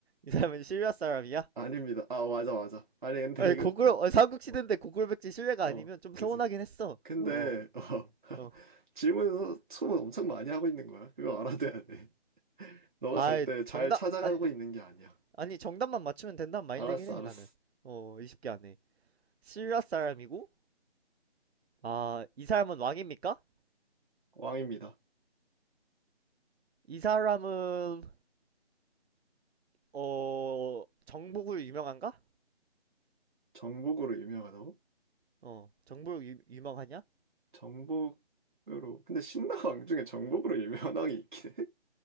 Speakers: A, on the right (about 70°); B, on the right (about 45°).
A: 이 사람은 신라 사람이야?
B: 아닙니다. 아, 맞아, 맞아. 아니, 근데
A: 아니
B: 이거,
A: 고구려 어, 삼국시대인데
B: 어,
A: 고구려 백제 신라가
B: 어,
A: 아니면 좀
B: 그지.
A: 서운하긴 했어.
B: 근데,
A: 어,
B: 어, <laughs>
A: 어.
B: 질문에서 소문 엄청 많이 하고 있는 거야. 그거 알아둬야 돼. 너가
A: 아이
B: 절대 잘
A: 정답
B: 찾아가고
A: 아니
B: 있는 게 아니야.
A: 아니 정답만 맞추면 된다는 마인드긴
B: 알았어,
A: 해
B: 알았어.
A: 나는. 어, 이십 개 안에. 신라 사람이고 아, 이 사람은 왕입니까?
B: 왕입니다.
A: 이 사람은 어 정복으로 유명한가?
B: 정복으로 유명하다고?
A: 어, 정복으로 유, 유명하냐?
B: 정복으로. 근데 신라왕 중에 정복으로 유명한 왕이 있긴 해?